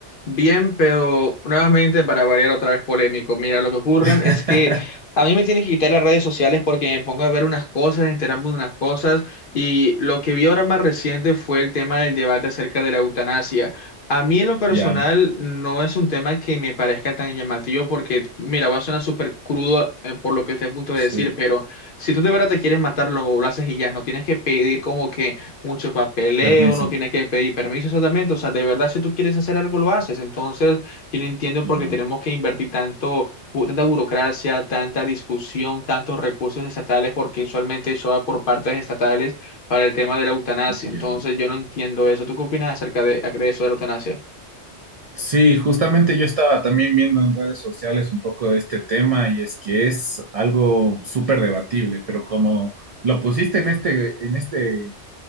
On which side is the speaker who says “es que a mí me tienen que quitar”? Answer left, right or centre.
Left